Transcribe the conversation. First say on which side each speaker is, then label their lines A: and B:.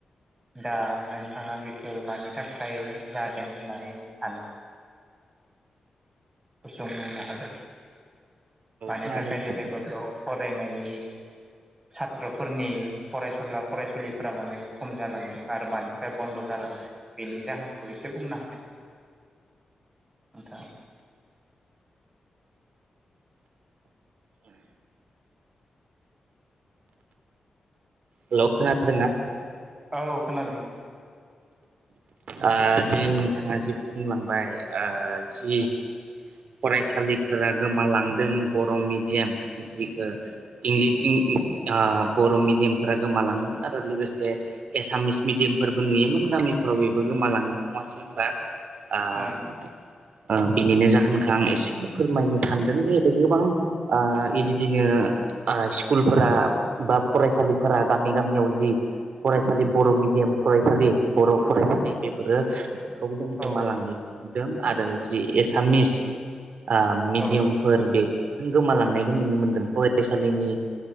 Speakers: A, on the right (about 20°); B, on the right (about 75°).
A: दा नोंथाङा बेखो मानि थाखाय जादों होननानै सानो? गुसुं बुंनो हागोन। मानि
B: खोनादों
A: थाखाय जेनेबा बेयाव फरायनायनि सत्र फोरनि फरायसुला फरायसुलिफोरा माने खम जालांदों आरो मानि थाखाय बन्द' जालांदों बेनि नि जाहोनखौ एसे बुंनो हागोन। नोंथाङा।
B: हेलौ खोनादोंना।
A: औ-औ खोनादों।
B: ओ जि नोंथाङा जि बुंलांबाय जि फरायसालिफोरा गोमालांदों बर' मिडियाम जिखो इंलिस ओ बर' मिडियामफोरा गोमालांदों आरो लोगोसे एसामिस मिडियामफोरबो नुयोमोन गामिफोराव बेबो गोमालांगोन नङासै होमबा ओ-ओ
A: उम
B: बेनिनो जाहोनखौ आं एसे फोरमायनो सानदों जिहेथु गोबां ओ बिबायदिनो स्कुलफोरा बा फरायसालिफोरा गामि गामियाव जि फरायसालि बर' मिडियाम फरायसालि बर' बर' फरायसालि बेफोरो बेखौजों गोमालांनायखौ
A: औ
B: नुदों आरो जि एसामिस आ मिडियामफोर
A: औ
B: बे जों गोमालांनायखौ नुनो मोनदों फरायसालिनि